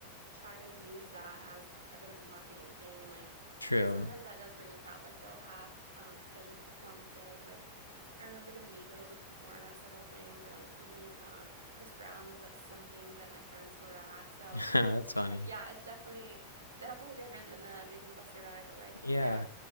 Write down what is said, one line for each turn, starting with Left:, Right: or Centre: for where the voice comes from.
Right: try to use that as a bit of a marketing thing and like
Left: True.
Right: sometimes that does bring a crowd like they'll have um, scheduled performances like i remember the migos would perform at several things or like even um, chris brown was at some things that my friends were at so
Left: <laughs> that's funny.
Right: yeah it's definitely definitely different than the dave and buster vibe but like
Left: Yeah.
Right: yeah